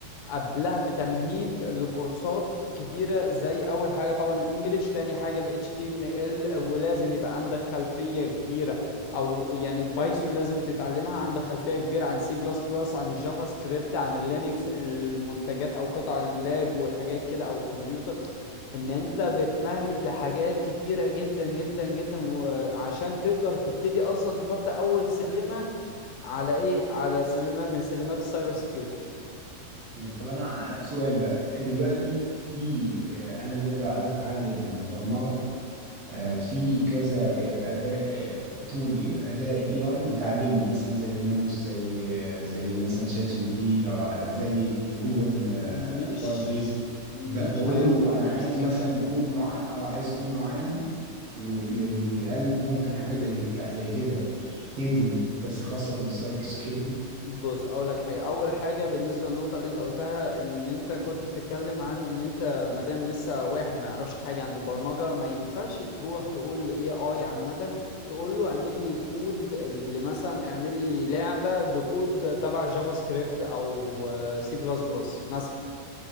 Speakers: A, on the left (about 75°); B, on the right (about 50°).
A: قبلها بتمهيد لكورسات كتيرة زي أول حاجة طبعا الإنجليش تاني حاجة ال HTML ولازم يبقى عندك خلفية كبيرة أو يعني بايثون لازم تتعلمها عندك خلفية كبيرة عن سي بلس بلس عن الجافا سكريبت عن اللينكس المنتجات أو قطع اللاب والحاجات كده أو الكمبيوتر إن أنت بتمهد لحاجات كتيرة جدا جدا جدا وعشان تقدر تبتدي أصلا تحط أول سلمة على إيه على سلمة من سلمات السايبر سيكيورتي
B: طب انا ع- سؤال بقى دلوقتي في آه، انا دلوقتي لو عايز اتعلم برمجه آه، في كذا آه، اداة تول اداة اي اي بتعلمني مثلا زي مانوس زي آه، زي مثلا شات جي بي تي لو- زي جوجل آه،
A: مش
B: فاير بيز
A: مش
B: ب- بقول
A: هيدوك
B: له انا
A: نفس
B: عايز
A: الكفاءة
B: مثلا كود معين او عايز كود معين وبيعمله لي هل ممكن حاجة زي دي- زي كده تنزل بس خاصة بالسايبر سيكيورتي
A: بص اقول لك حاجة اول حاجة بالنسبة للنقطة اللي انت قلتها ان انت كنت بتتكلم عن ان انت مادام لسه واحد ما يعرفش حاجة عن البرمجة ما ينفعش تروح تقول لاي اي عامة تقول له اعمل لي كود اللي مثلا اعمل لي لعبة بكود تبع جافا سكريبت او سي بلس بلس مثلا